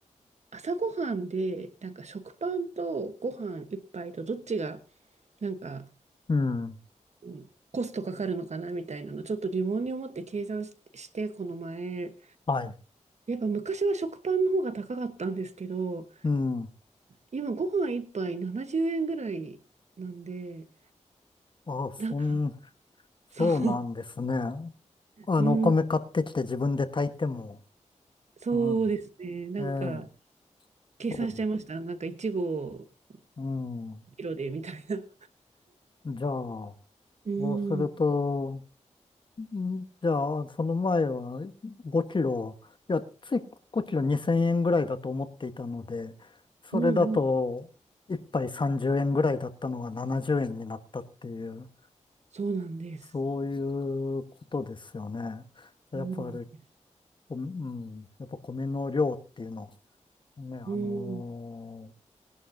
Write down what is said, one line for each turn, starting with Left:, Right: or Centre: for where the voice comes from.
Right: 朝ごはんで、なんか食パンとご飯一杯とどっちが、なんか、
Left: うん。
Right: うんコストかかるのかなみたいなの、ちょっと疑問に思って計算ししてこの前、
Left: はい。
Right: やっぱ昔は食パンの方が高かったんですけど、
Left: うん。
Right: 今ご飯一杯70円ぐらいなんで、
Left: あー、そん、
Right: なんかそう
Left: そうなんですね。あの、
Right: うん、
Left: お米買ってきて自分で炊いても、
Right: そうですね。
Left: うん。
Right: なんか、
Left: えー
Right: 計算しちゃいました。
Left: そう。です
Right: なんか、1合
Left: う
Right: キロで、みたいな。
Left: ん。じゃあ、
Right: う
Left: そうすると、
Right: ん、
Left: んじゃあ、その前は5キロ、いや、つい5キロ2000円ぐらいだと思っていたので、それだと1杯30円ぐらいだったのが70円になったっていう、
Right: うん、うん。そうなんです。
Left: そういうことですよね。やっぱり、
Right: そうなんです。
Left: こうん、やっぱ米の量っていうの、ね、あの
Right: うん、